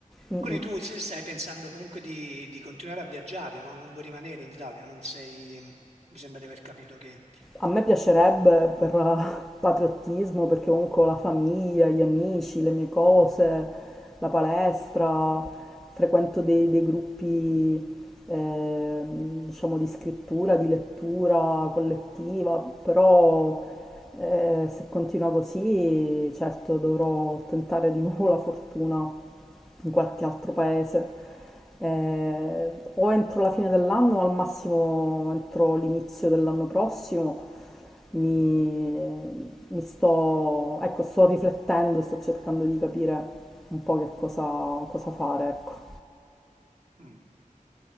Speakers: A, in the centre; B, on the right.
A: Mm,
B: Quindi tu se stai pensando comunque di, di continuare a viaggiare, no? Non vuoi rimanere in Italia, non sei, mi sembra di aver capito che
A: A me piacerebbe per eh, patriottismo, perché comunque ho la famiglia, gli amici, le mie cose, la palestra, frequento dei, dei gruppi, ehm, diciamo, di scrittura, di lettura collettiva, però eh, se continua così, certo dovrò tentare di nuovo la fortuna in qualche altro paese, eh, o entro la fine dell'anno o al massimo entro l'inizio dell'anno prossimo. Mi, mi sto, ecco, sto riflettendo, sto cercando di capire un po' che cosa, cosa fare, ecco.
B: mm,